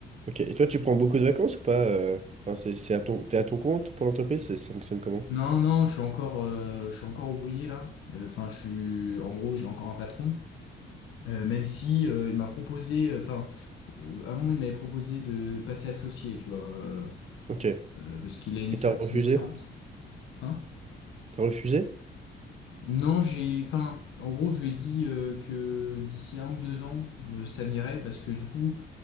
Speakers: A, on the right; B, on the left.
A: Ok. Et toi, tu prends beaucoup de vacances ou pas? euh Enfin, c'est, c'est à ton, t'es à ton compte pour l'entreprise? Ça, ça fonctionne comment?
B: Non, non, je suis encore, euh, je suis encore ouvrier là. Euh, Enfin, je suis, en gros, j'ai encore un patron. Euh, même si euh, il m'a proposé, euh, enfin, euh, à un moment, il m'avait proposé de passer associé, tu vois, euh,
A: Ok. Et
B: euh, parce qu'il a une expertise
A: t'as refusé?
B: différente. Hein?
A: T'as refusé?
B: Non, j'ai, enfin, en gros, je lui ai dit euh, que d'ici un ou deux ans, euh, ça m'irait, parce que du coup,